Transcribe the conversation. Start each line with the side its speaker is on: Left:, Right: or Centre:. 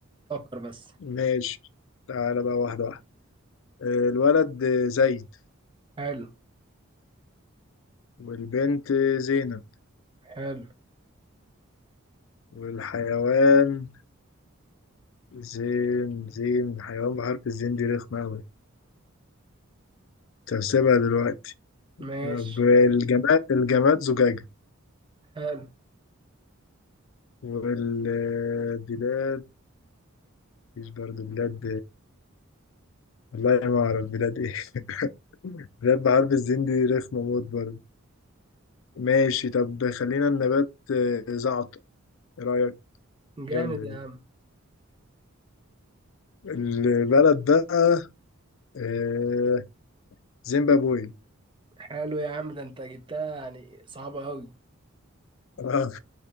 Right: فكر بس
Left: ماشي تعالى بقى واحدة واحدة آه الولد زيد
Right: حلو
Left: والبنت زينب
Right: حلو
Left: والحيوان زين زين حيوان بحرف الزين دي رخمة أوي تحسبها دلوقتي
Right: ماشي
Left: طب الجماد الجماد زجاجة
Right: حلو
Left: والبلاد مفيش برضه بلاد والله ما أعرف بلاد إيه <laughs> بلاد بحرف الزين دي رخمة موت برضه ماشي طب خلينا النبات آه، زعتر إيه رأيك
Right: جامد
Left: جامدة
Right: يا
Left: دي
Right: عم
Left: البلد بقى آه، زيمبابوي
Right: حلو يا عم ده انت جبتها يعني صعبة أوي
Left: آه.